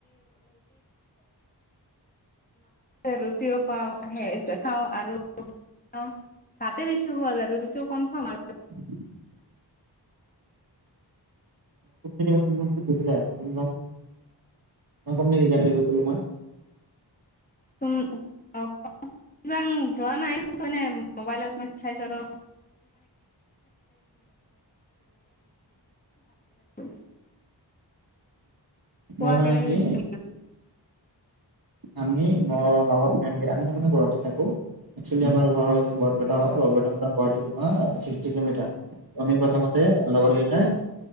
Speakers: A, on the left (about 20°); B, on the right (about 55°).
A: <unintelligible> ৰুটিও পাওঁ সেই খাওঁ আৰু অহ, ভাতে বেছি খোৱা যায় ৰুটিটো কম খাও আৰু
B: <inaudible> <unintelligible> মই কম নেকি কেনেকে গৈছিলোঁ মই।
A: তুমি অ' কোৱা যোৱা নাই কিন্তু এনে মবাইলত মানে চাইছো আৰু <unintelligible> কোৱা
B: মই মানে
A: কেনেকে
B: কি
A: গৈছিল
B: আমি ন' লাভত ফ্ৰেণ্ড গে আমি মানে গুৱাহাটীত থাকো একচুৱেলী আমাৰ ঘৰ এনেও বৰপেটা হয় বৰপেটাৰ পৰা গুৱাহাটী অহ, চিক্সটি কিলোমিটাৰ ত' আমি প্ৰথমতে লগৰ কেইটাই